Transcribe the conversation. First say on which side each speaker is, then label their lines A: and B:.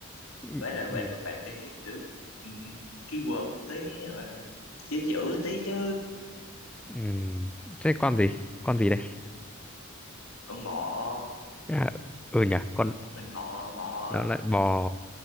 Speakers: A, in the centre; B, on the left.
A: Ừ.
B: Vậy là
A: Ừ.
B: bạn bạn phải kiểu ừ, keyword tí gọi là chữ chữ tí chứ
A: Ừ. Thế con gì? Con gì đây?
B: con bò
A: À, ừ nhỉ, con
B: Không, mình bò bò
A: nó
B: đó
A: lại bò.